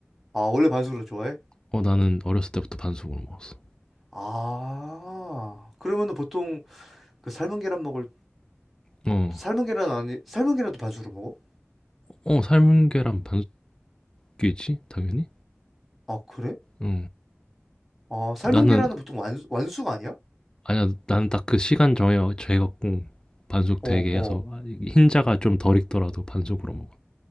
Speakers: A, in the centre; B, on the left.
A: 아, 원래 반숙을 좋아해?
B: 어 나는 어렸을 때부터 반숙으로 먹었어.
A: 아. 그러면은 보통 그 삶은 계란 먹을
B: 어.
A: 삶은 계란 아니 삶은 계란도 반숙으로 먹어?
B: 어 삶은 계란 반숙이지 당연히.
A: 아, 그래?
B: 어.
A: 아, 삶은
B: 나는
A: 계란은 보통 완 완숙 아니야?
B: 아니야. 나는 딱 그 시간 정해 정해 갖고 반숙
A: 어,
B: 되게
A: 어.
B: 해서 아 이 흰자가 좀 덜 익더라도 반숙으로 먹어.